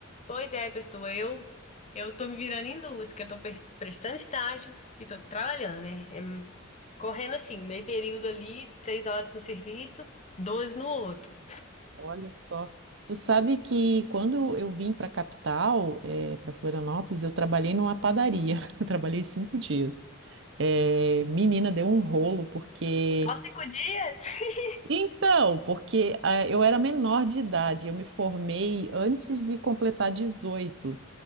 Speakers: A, on the left; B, on the right.
A: Pois é, pessoa, eu, eu tô me virando em duas, que eu tô pres- prestando estágio e tô trabalhando, né? É, hum, correndo assim, meio período ali, seis horas no serviço, doze no outro.
B: olha só. Tu sabe que quando eu vim para a capital, para Florianópolis, eu trabalhei numa padaria. <laughs> Eu trabalhei cinco dias. Eh, menina, deu um rolo, porque.
A: Só cinco dias? <laughs>
B: Então, porque ah, eu era menor de idade, eu me formei antes de completar 18.